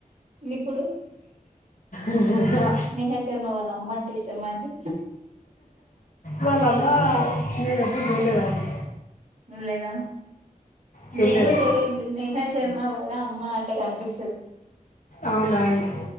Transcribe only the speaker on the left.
ఉ ఉ హా
వాళ్ళమ్మ నేను ఎప్పుడు చూడలేదడీ
చూడలేదు
అవునా అండి